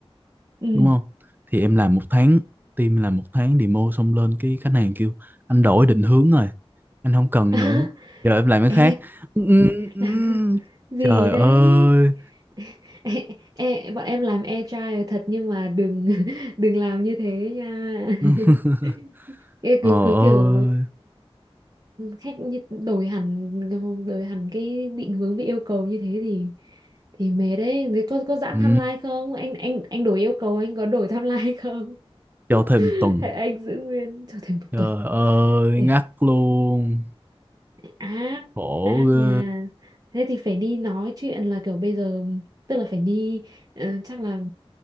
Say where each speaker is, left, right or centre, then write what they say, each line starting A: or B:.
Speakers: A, on the right; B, on the right.
A: ừ
B: đúng không thì em làm một tháng team làm một tháng demo xong lên cái khách hàng kêu anh đổi định hướng rồi anh không cần
A: <laughs>
B: nữa giờ em làm cái
A: Ê
B: khác <laughs> Ừ, ừ,
A: <laughs> gì
B: trời
A: đấy
B: ơi
A: <laughs> e, e, bọn em làm agile thật nhưng mà đừng <laughs> đừng làm như thế nha
B: <laughs>
A: <laughs> Ê,
B: ờ
A: cứ cứ
B: ơi
A: kiểu khách như đổi hẳn đổi hẳn cái định hướng với yêu cầu như thế thì thì mệt đấy Thế có có giãn
B: ừ.
A: timeline không anh anh anh đổi yêu cầu anh có đổi timeline không <laughs>
B: cho thêm tuần
A: hay anh giữ nguyên cho thêm một
B: trời
A: tuần
B: ơi
A: Ê
B: ngắt luôn
A: ác
B: khổ
A: ác
B: ghê
A: nha thế thì phải đi nói chuyện là kiểu bây giờ tức là phải đi ờ, chắc là